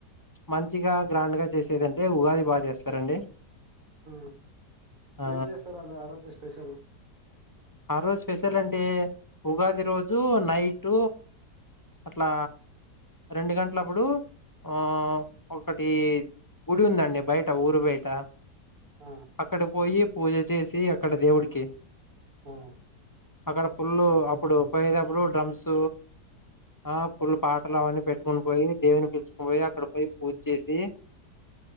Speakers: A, on the left; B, on the right.
A: మంచిగా గ్రాండ్ గా చేసేదంటే ఉగాది బాగా చేస్తారండి
B: ఆ
A: ఆ
B: ఏం చేస్తారు అది ఆ రోజు స్పెషల్
A: ఆ రోజ అంటే ఉగాది రోజు నైట్ అట్లా రెండు గంటల అప్పుడు ఆ ఒకటి గుడి ఉందండి బయట ఊరు బయట
B: ఆ
A: అక్కడ పోయి పూజ చేసి అక్కడ దేవుడికి
B: ఆ
A: అక్కడ ఫుల్లు అప్పుడు పోయేటప్పుడు డ్రమ్స్ ఆ ఫూల్ పాటలు అవన్నీ పెట్టుకుని పోయి దేవిని పిలుచుకుని పోయి అక్కడ పోయి పూజ చేసి